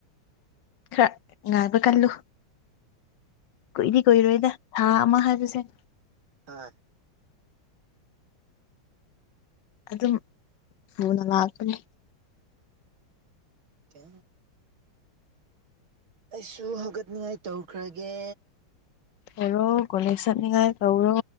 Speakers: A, on the left; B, on the right.
A: ꯈꯔ ꯉꯥꯏꯕ ꯀꯜꯂꯨ ꯀꯨꯏꯗꯤ ꯀꯨꯏꯔꯣꯏꯗ ꯊꯥ ꯑꯃ ꯍꯥꯏꯕꯁꯦ
B: ꯍꯣꯏ
A: ꯑꯗꯨꯝ ꯊꯨꯅ ꯂꯥꯛꯀꯅꯤ
B: ꯀ ꯑꯩꯁꯨ ꯍꯧꯒꯠꯅꯤꯉꯥꯏ ꯇꯧꯈ꯭ꯔꯒꯦ
A: ꯑꯣꯔꯣ ꯀꯅꯤꯁ ꯆꯅꯤꯉꯥꯏ ꯀꯧꯔꯣ